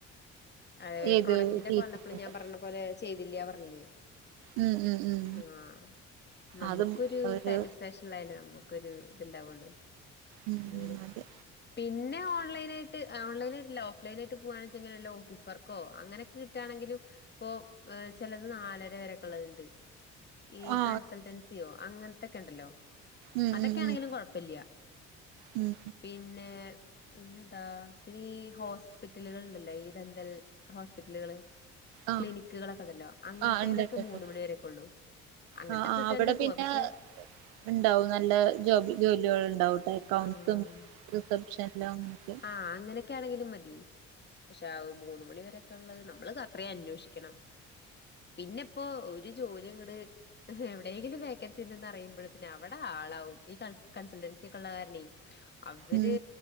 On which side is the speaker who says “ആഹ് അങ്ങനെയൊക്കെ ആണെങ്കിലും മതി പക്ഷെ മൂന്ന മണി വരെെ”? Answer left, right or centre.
Left